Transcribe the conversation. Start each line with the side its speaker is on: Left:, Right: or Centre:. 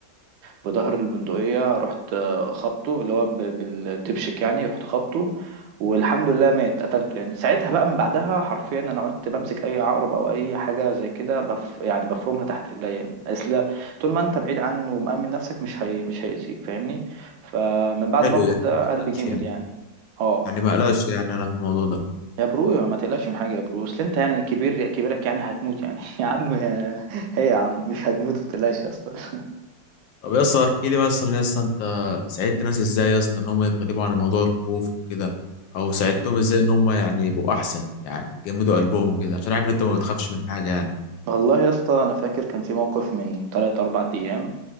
Right: بظهر البندقية رحت آه، خبطه اللي هو ب- بالدبشك يعني رحت خبطه والحمد لله مات قتلته يعني ساعتها بقى من بعدها حرفيا انا قعدت بمسك اي عقرب او اي حاجه زي كده بف يعني بفرمها تحت رجليا اصل طول ما انت بعيد عنه ومأمن نفسك مش هي مش هيأذيك فاهمني فمن بعد
Left: حلو
Right: الموقف
Left: يعني
Right: ده
Left: ما تقلقش
Right: قلبي جامد يعني اه
Left: يعني ما قلقش يعني انا في الموضوع ده
Right: يا برو ما تقلقش من حاجه يا برو اصل انت يعني كبير كبيرك يعني هتموت يعني <laughs> يا عم يا- هي يا عم مش هتموت ما تقلقش يا اسطى <laughs>
Left: طب يا اسطى احكي لي مثلا يا اسطى انت ساعدت ناس ازاي يا اسطى ان هم يتغلبوا على موضوع الخوف وكده او ساعدتهم ازاي ان هم يعني يبقوا احسن يعني يجمدوا قلبهم وكده عشان عارف إن انت ما بتخافش من حاجه يعني
Right: والله يا اسطى انا فاكر كان في موقف من 3 4 ايام